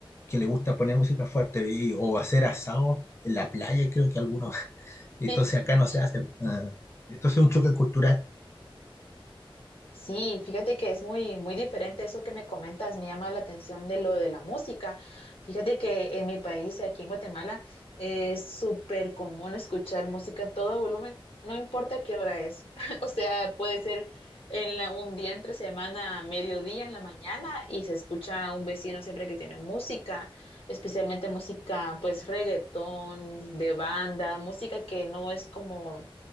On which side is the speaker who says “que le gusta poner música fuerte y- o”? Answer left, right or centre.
Left